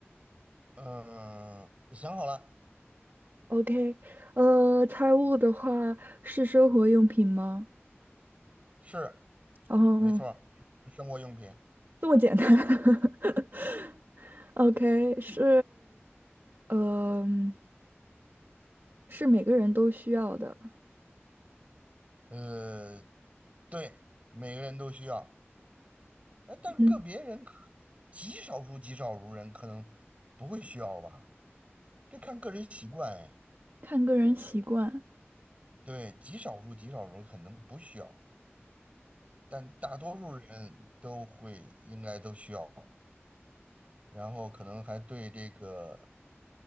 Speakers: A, on the right; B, on the right.
A: 嗯，呃想好了，
B: ？OK，呃，财务的话是生活用品吗？
A: 是
B: 哦，
A: 没错儿，是生活用品。
B: 这么简单。<laughs> OK，是，嗯、是每个人都需要的。
A: 呃，对，每个人都需要，哎，但个别人可
B: 嗯，
A: 极少数极少数人可能不会需要吧，这看个人习惯。哎，
B: 看个人习惯。
A: 对，极少数极少数可能不需要，但大多数人都会应该都需要，然后可能还对这个。